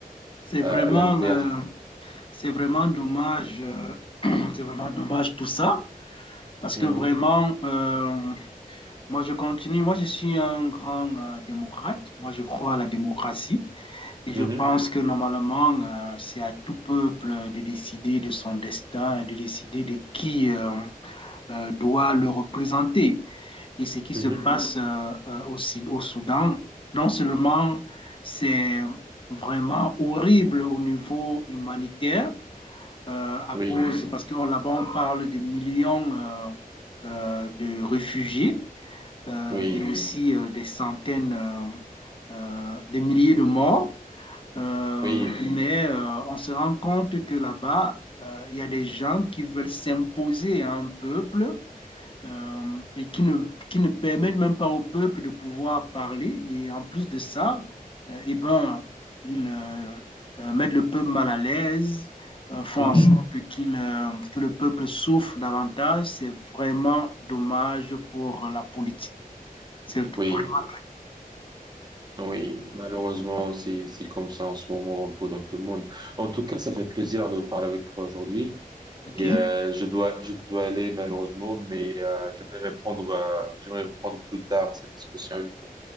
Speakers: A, on the left; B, on the right.
A: c'est vraiment,
B: Euh, à l'inverse,
A: euh, c'est vraiment dommage, euh, <clears throat> c'est vraiment dommage tout ça, parce
B: Mhm.
A: que vraiment, euh, moi je continue, moi je suis un grand euh, démocrate, moi je crois à la démocratie. Et je
B: Mhm.
A: pense que normalement, euh, c'est à tout peuple de décider de son destin et de décider de qui euh, euh, doit le représenter. Et ce qui se
B: Mhm.
A: passe euh, euh, au, au Soudan, non seulement c'est vraiment horrible au niveau humanitaire, euh, à
B: Oui,
A: cause, parce que là-bas, on parle de millions euh, euh, de réfugiés euh,
B: oui,
A: et aussi euh, des centaines, euh, euh, des milliers de morts. Euh,
B: oui,
A: mais euh, on se rend compte que là-bas, euh, il y a des gens qui veulent s'imposer à un peuple euh, et qui ne, qui ne permettent même pas au peuple de pouvoir parler. Et en plus de ça, euh, eh ben, ils euh, euh, mettent le peuple mal à l'aise, euh, font
B: Mhm.
A: en sorte qu'il, euh, que le peuple souffre davantage. C'est vraiment dommage pour la politique. C'est
B: Oui,
A: vraiment...
B: oui. Malheureusement, c'est c'est comme ça en ce moment, un peu dans tout le monde. En tout cas, ça fait plaisir de parler avec toi aujourd'hui.
A: OK.
B: Et euh, je dois je dois aller malheureusement, mais euh, j'aimerais reprendre euh, j'aimerais reprendre plus tard cette discussion avec toi.